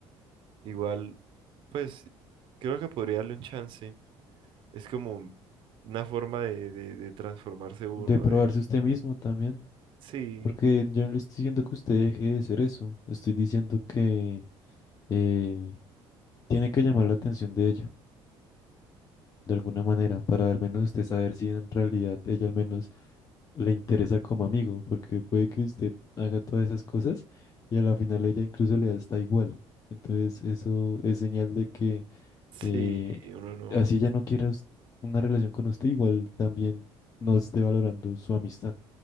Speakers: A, on the right (about 50°); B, on the left (about 35°).
A: Igual, pues creo que podría darle un chance. Es como una forma de, de, de transformarse uno,
B: de probarse
A: de...
B: usted mismo también,
A: Sí,
B: porque yo no le estoy diciendo que usted deje de ser eso, estoy diciendo que eh, tiene que llamar la atención de ella, de alguna manera, para al menos usted saber si en realidad ella al menos le interesa como amigo, porque puede que usted haga todas esas cosas y a la final ella incluso le da hasta igual. Entonces eso es señal de que
A: sí,
B: eh,
A: uno no...
B: así ella no quiera us- una relación con usted, igual también no esté valorando su amistad.